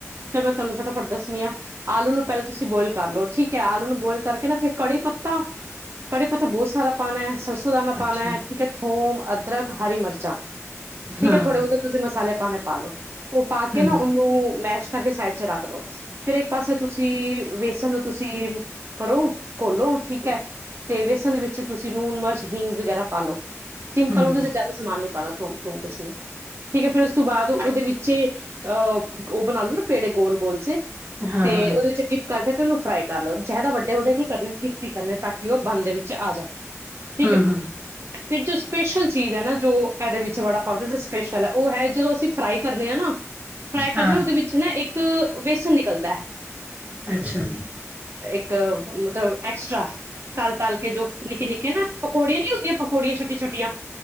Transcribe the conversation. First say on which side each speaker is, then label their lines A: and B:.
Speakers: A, on the right; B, on the right.
A: ਚ ਮੈਂ ਤੁਹਾਨੂੰ ਫਟਾ ਤੁਹਾਡ ਦੱਸਨੀ ਆ ਆਲੂ ਨੂੰ ਬੋਆਇਲ ਕਰ ਲੋ ਠੀਕ ਹੈ ਆਲੂ ਨੂੰ ਬੋਇਲ ਕਰਕੇ ਨਾ ਫੇਰ ਕੜੀ ਪੱਤਾ ਕੜੀ ਪੱਤਾ ਬਹੁਤ ਸਾਰਾ ਪਾਉਣਾ ਹੈ ਸਰਸ ਸੁਦਾਨਾ ਪਉਣਾ
B: ਅੱਛਾ
A: ਹੈ ਠੀਕ ਹੈ ਥੋਮ ਅਦਰਕ ਹਰੀ ਮਿਰਚ ਠੀਕ
B: ਹਾਂ
A: ਥੋੜੇ ਬਹੁਤੇ ਤੁਸੀਂ ਮਸਾਲੇ ਭਾਵੇ ਪਾ ਲੋ ਉਹ ਪਾ ਕੇ
B: ਹਮ
A: ਨਾ ਉਹਨੂੰ ਮੈਸ਼ ਕਰਕੇ ਸਾਈਡ ਚ ਰੱਖ ਦੋ ਫੇਰ ਇੱਕ ਪਾਸੇ ਤੁਸੀਂ ਤੁਸੀਂ ਵੇਸਣ ਨੂੰ ਤੁਸੀਂ ਕਰੋ ਘੋਲੋ ਠੀਕ ਹੈ ਤੇ ਵੇਸਣ ਵਿੱਚ ਤੁਸੀਂ ਨੂਣ ਮਿਰਚ ਹਿੰਗ ਵਗੈਰਾ ਪਾ ਲੋ ਸਿੰਪਲ
B: ਹਮ
A: ਉਹਦੇ ਚ ਜ਼ਿਆਦਾ ਸਮਾਨ ਨੀ ਪਾਣਾ ਕੁਛ ਨੀ ਠੀਕ ਹੈ ਫੇਰ ਉਸ ਤੋਂ ਬਾਅਦ ਉਹਦੇ ਵਿੱਚ ਅਹ ਉਹ ਬਣਾ ਲੋ ਨਾ ਪੇੜੇ ਗੋਲ ਗੋਲ ਸੇ
B: ਹਾਂ
A: ਤੇ
B: ਹਾਂ
A: ਉਹਦੇ ਵਿੱਚ ਡਿਪ ਕਰਕੇ ਉਹਨੂੰ ਫਰਾਈ ਕਰ ਲਓ ਜ਼ਿਆਦਾ ਵੱਡੇ ਵੱਡੇ ਨਹੀਂ ਕਰਨੇ ਠੀਕ-ਠੀਕ ਕਰਨੇ ਤਾਂ ਕਿ ਉਹ ਬੰਦ ਦੇ ਵਿੱਚ ਆ ਜਾਣ ਠੀਕ
B: ਹਮ
A: ਹੈ
B: ਹੰ
A: ਫਿਰ ਜੋ ਸਪੈਸ਼ਲ ਚੀਜ਼ ਹੈ ਨਾ ਜੋ ਇਹਦੇ ਵਿੱਚ ਵੜਾ ਪਾਓ ਸਪੈਸ਼ਲ ਹੈ ਉਹ ਹੈ ਜਦੋਂ ਅਸੀਂ ਫਰਾਈ ਕਰਨੇ ਹਾਂ ਨਾ ਫਰਾਈ ਕਰਦੇ
B: ਹਾਂ
A: ਹਾ ਉਹਦੇ ਵਿੱਚ ਇੱਕ ਬੇਸਨ ਨਿਕਲਦਾ ਹੈ
B: ਅੱਛਾ
A: ਇੱਕ ਮਤਲਬ ਐਕਸਟਰਾ ਤਲ ਤਲ ਕੇ ਜੋ ਨਿੱਕੇ ਨਿੱਕੇ ਆਂ ਨਾ ਪਕੌੜੀਆਂ ਨੀ ਹੁੰਦੀਆਂ ਪਕੌੜੀਆਂ ਛੋਟੀਆਂ ਛੋਟੀਆਂ